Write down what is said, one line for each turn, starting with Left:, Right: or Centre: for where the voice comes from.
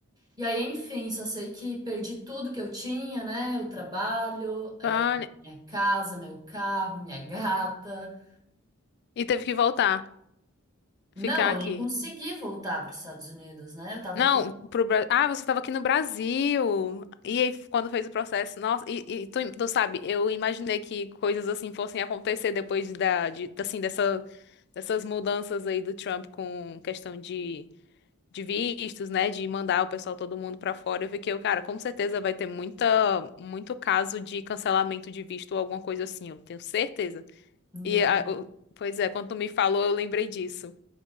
Right: E aí, enfim, só sei que perdi tudo que eu tinha, né? O trabalho, eh,
Left: Vale.
Right: minha casa, meu carro, minha gata.
Left: E teve que voltar.
Right: Não,
Left: Ficar
Right: eu
Left: aqui.
Right: nem consegui voltar para os Estados Unidos, né? Eu tava
Left: Não,
Right: aqui.
Left: pro Brasil. Ah, você tava aqui no Brasil. E aí, quando fez o processo? Nossa, e, e tu, tu sabe, eu imaginei que coisas assim fossem acontecer depois da, de, assim, dessa, dessas mudanças aí do Trump com questão de de vistos, né, de mandar o pessoal todo mundo pra fora. Eu fiquei, cara, com certeza vai ter muita muito caso de cancelamento de visto ou alguma coisa assim, eu tenho certeza.
Right: né?
Left: E a- o- pois é, quando tu me falou, eu lembrei disso.